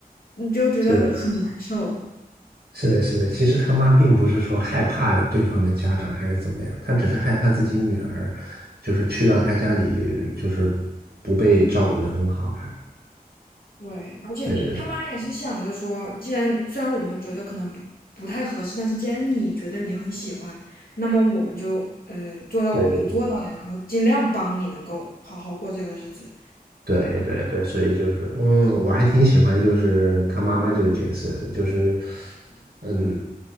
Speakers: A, on the left (about 65°); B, on the right (about 85°).
A: 嗯就觉得很难受。
B: 是的，是的，是的，是的。其实他妈并不是说害怕对方的家长还是怎么样，她只是害怕自己女儿，就是去到她家里就是不被照顾的很好，还
A: 对，而且他妈也是想着说，
B: 对对对。
A: 既然虽然我们觉得可能不不太合适，但是既然你觉得你很喜欢，那么我们就嗯、呃做到我们能做到的，
B: 对对对
A: 然后尽量帮你能够好好过这个日子。
B: 对对对，所以就是，嗯，我还挺喜欢就是她妈妈这个角色的，就是，嗯，